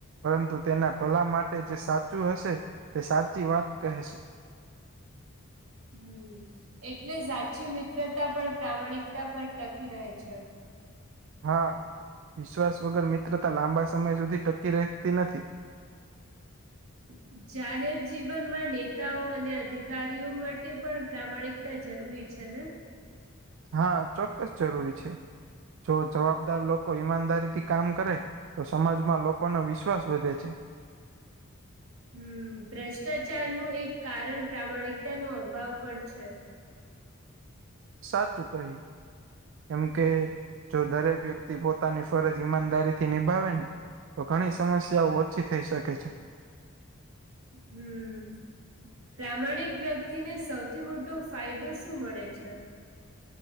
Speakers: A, on the right (about 60°); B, on the right (about 80°).
A: પરંતુ તેના ભલા માટે જે સાચું હશે તે સાચી વાત કહે છે.
B: હમ એટલે સાચી મિત્રતા પણ પ્રામાણિકતા પર ટકી રહે છે.
A: હા વિશ્વાસ વગર મિત્રતા લાંબા સમય સુધી ટકી રહેતી નથી
B: <unintelligible> જાહેર જીવનમાં નેતાઓ અને અધિકારીઓ માટે પણ પ્રામાણિકતા જરૂરી છે ને
A: હા ચોક્કસ જરૂરી છે જો જવાબદાર લોકો ઈમાનદારી થી કામ કરે તો સમાજમાં લોકોનો વિશ્વાસ વધે છે.
B: હમ ભ્રષ્ટાચાર નું એક કારણ પ્રામાણિકતા નો અભાવ પણ છે.
A: સાચુ કહી કેમ કે જો દરેક વ્યક્ તી પોતાની ફરજ ઈમાનદારી થી નિભાવે ને તો ઘણી સમસ્યાઓ ઓછી થઈ શકે છે.
B: હમ પ્રામાણિક વ્યક્તિને સૌથી મોટો ફાયદો શું મળે છે?